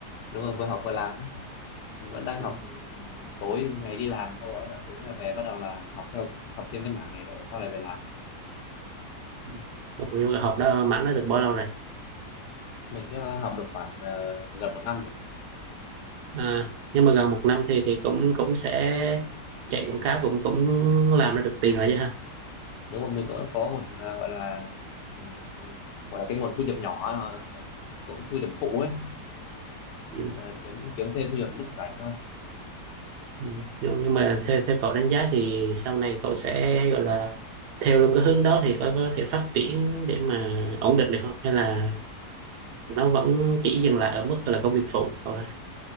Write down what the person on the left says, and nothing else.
đúng rồi vừa học vừa làm mình vẫn đang
học ừ, tối ngày đi làm sau đó là tối là về bắt đầu là học theo học thêm cái mảng này để sau này về làm
mình chắc là học được khoảng ờ, gần một năm rồi
đúng rồi mình cũng có một ờ, gọi là ừm, gọi là cái nguồn thu nhập nhỏ ờ, cũng thu nhập phụ ấy
Ờ, kiếm kiếm thêm thu nhập lúc rảnh thôi